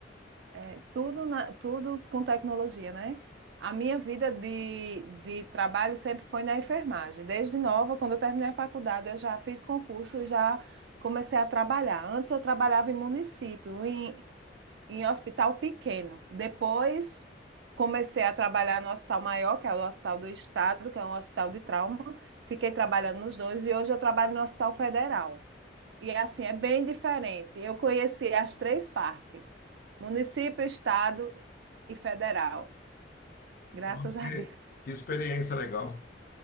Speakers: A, on the right (about 70°); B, on the left (about 50°).
A: é, tudo, na- tudo com tecnologia, né? A minha vida de, de trabalho sempre foi na enfermagem. Desde nova, quando eu terminei a faculdade, eu já fiz concurso e já comecei a trabalhar. Antes eu trabalhava em município, em, em hospital pequeno. Depois comecei a trabalhar no hospital maior, que é o Hospital do Estado, que é um hospital de trauma. Fiquei trabalhando nos dois e hoje eu trabalho no Hospital Federal. E assim, é bem diferente. Eu conheci as três partes: município, estado e federal. Graças
B: Nossa, que,
A: a Deus.
B: que experiência legal.